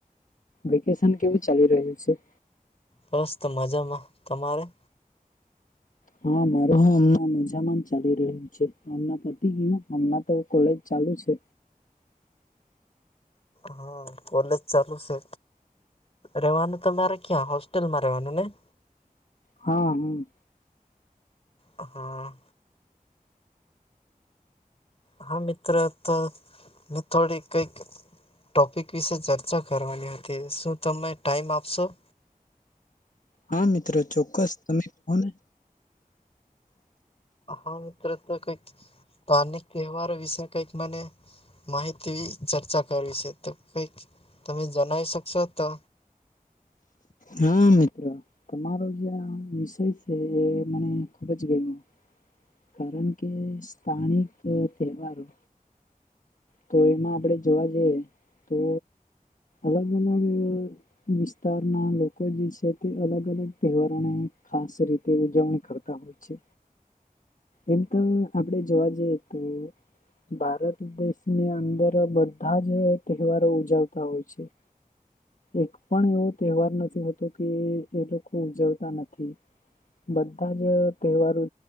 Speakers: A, on the left (about 60°); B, on the left (about 40°).
A: વેકેશન કેવું ચાલી રહ્યું છે?
B: બસ મજામાં, તમારે?
A: હા માર હ હમણા મજામાં ચાલી રહ્યું. મ પતિ કયો હમણા તો કોલેજ ચાલુ છે.
B: હા કોલેજ ચાલુ છે. રવાનું તોરે ક્યાં હોસ્ટેલમાં રહેવાનું ને?
A: હા હમ.
B: હા. હા મિત્ર તો મે થોડી કઈક ટોપિક વિશે ચર્ચા કરવાની હતી શું તમે ટાઈમ આપશો?
A: હા મિત્રો ચોક્કસ તમે કહો ને.
B: હા મિત્ર તો કોઈ સ્થાનિક તહેવારો વિશે કંઈક મને માહિતી ચર્ચા કરવી છે તો કઈક તમે જણાવ શકશો તો.
A: હા મિત્રો તમારો જે આ વિષય છે એ મને ખુબ જ ગયમો. કારણ કે સ્થાનિક તહેવારો. તો એમાં આપણેે જોવા જઈએ તો અલગ અલગ વિસ્તારના લોકો જે છે તે અલગ અલગ તહેવારોને ખાસ રીતે ઉજવણી કરતા હો છે. એમ તો આપડે જોવા જઈએ તો ભારત દેશની અંદર બધા જ તહેવારો ઉજવતા હોય છે. એક પણ એવો તહેવાર નથી હોતો કે એ લોકો ઉજવતા નથી. બધા જ તહેવાર ઉ